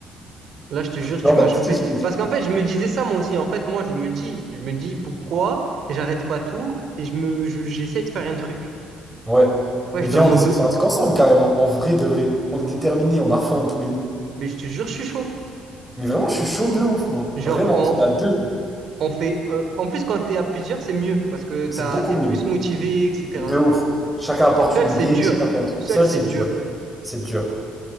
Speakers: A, on the right; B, in the centre.
A: Là, je te jure,
B: Mais
A: tu
B: en
A: m'as
B: fait,
A: chauffé.
B: je t'explique.
A: Parce qu'en fait, je me disais ça moi aussi. En fait, moi, je me dis, je me dis pourquoi j'arrête pas tout et je me, je- j'essaie de faire un truc.
B: Ouais.
A: Ouais,
B: Mais
A: je suis
B: viens,
A: dans le monde
B: on essaie
A: deux.
B: de faire un truc ensemble, carrément. En vrai de vrai. On est déterminés, on a faim tous les deux.
A: Mais je te jure, je suis chaud.
B: Mais vraiment, je suis chaud de ouf, moi.
A: Genre,
B: Vraiment,
A: on,
B: on se met à deux.
A: on fait. euh, en plus, quand t'es à plusieurs, c'est mieux parce que
B: C'est
A: t'as,
B: beaucoup
A: t'es
B: mieux.
A: plus motivé, etc.
B: De ouf. Chacun apporte
A: Seul,
B: une idée,
A: c'est dur.
B: chacun fait un truc.
A: Seul,
B: Seul,
A: c'est
B: c'est
A: dur.
B: dur. C'est dur.